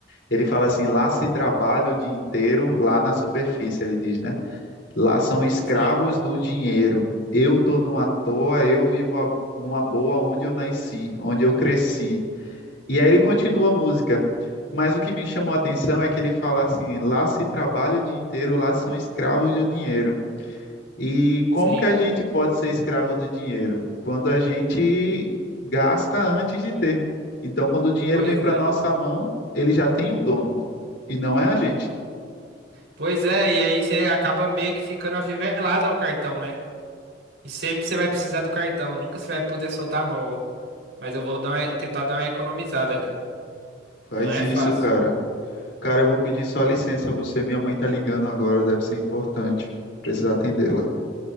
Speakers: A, on the left (about 70°); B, on the right (about 70°).
A: Ele fala assim: lá se trabalha o dia inteiro, lá na superfície, ele diz, né? Lá são escravos
B: Sim,
A: do dinheiro. Eu tô numa toa, eu vivo a- numa boa onde eu nasci, onde eu cresci. E aí ele continua a música. Mas o que me chamou a atenção é que ele fala assim: lá se trabalha o dia inteiro, lá são escravos do dinheiro. E como
B: sim.
A: que a gente pode ser escravo do dinheiro? Quando a gente gasta antes de ter. Então, quando o dinheiro
B: Pois
A: vem para
B: é.
A: nossa mão, ele já tem um dono e não é a gente.
B: Pois é, e aí você acaba meio que ficando afivelado ao cartão, né? E sempre você vai precisar do cartão, nunca você vai poder soltar a mão. Mas eu vou dar uma- tentar dar uma economizada, cara.
A: Faz
B: Não é
A: isso,
B: fácil.
A: cara. Cara, eu vou pedir só licença a você. Minha mãe tá ligando agora, deve ser importante. Precisa atendê-la.